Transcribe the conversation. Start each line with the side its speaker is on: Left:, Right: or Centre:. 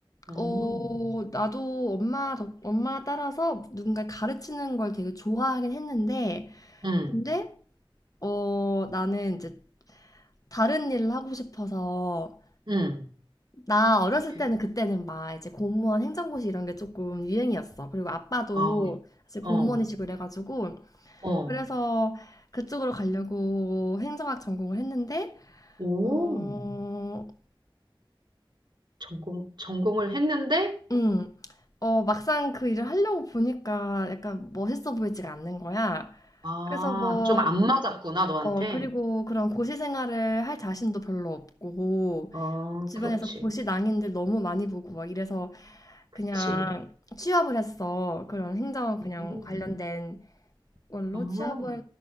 Right: 음,
Left: 어, 나도 엄마, 덕- 엄마 따라서 누군가 가르치는 걸 되게 좋아하긴 했는데,
Right: 음,
Left: 근데, 어, 나는 이제 다른 일을 하고 싶어서,
Right: 음.
Left: 나 어렸을
Right: 그-
Left: 때는 그때는 막 이제 공무원 행정고시 이런 게 조금 유행이었어. 그리고 아빠도
Right: 아,
Left: 사실 공무원이시고
Right: 어,
Left: 이래가지고,
Right: 어,
Left: 그래서 그쪽으로 가려고 행정학 전공을 했는데,
Right: 오,
Left: 어,
Right: 전공, 전공을 했는데,
Left: 음, 어, 막상 그 일을 하려고 보니까 약간 멋있어 보이지가 않는 거야.
Right: 아,
Left: 그래서 뭐,
Right: 좀 안 맞았구나, 너한테.
Left: 어, 그리고 그런 고시 생활을 할 자신도 별로 없고,
Right: 어,
Left: 주변에서
Right: 그렇지,
Left: 고시 낭인들 너무 많이 보고 막 이래서
Right: 그치.
Left: 그냥 취업을 했어. 그런 행정 그냥
Right: 음,
Left: 관련된 원로
Right: 어,
Left: 취업을